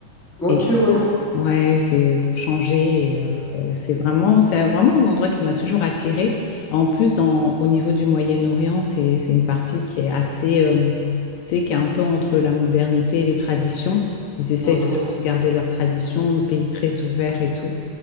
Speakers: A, in the centre; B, on the left.
A: Ok,
B: et
A: ouais.
B: Ouais, c'est pour changer. et, euh, c'est vraiment, c'est vraiment un endroit qui m'a toujours attirée. En plus, dans, au niveau du Moyen-Orient, c'est, c'est une partie qui est assez, euh, c'est qui est un peu entre la modernité et les traditions. Ils essayent
A: Mhm.
B: toujours de garder leurs traditions, un pays très ouvert et tout.